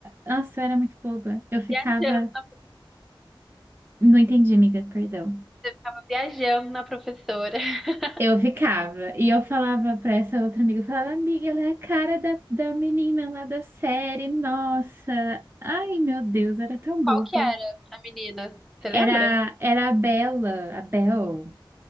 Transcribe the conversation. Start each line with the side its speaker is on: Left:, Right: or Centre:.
Right: nossa, eu era muito boba. Eu ficava,
Centre: Viajando, na-
Right: não entendi, amiga, perdão.
Centre: eu ficava viajando na professora. <laughs>
Right: Eu ficava, e eu falava pra essa outra amiga, eu falava, amiga, ela é a cara da, da menina lá da série, nossa, ai meu Deus, era tão boba.
Centre: Qual que era a menina? Você lembra?
Right: Era, era a Bella, a Bel,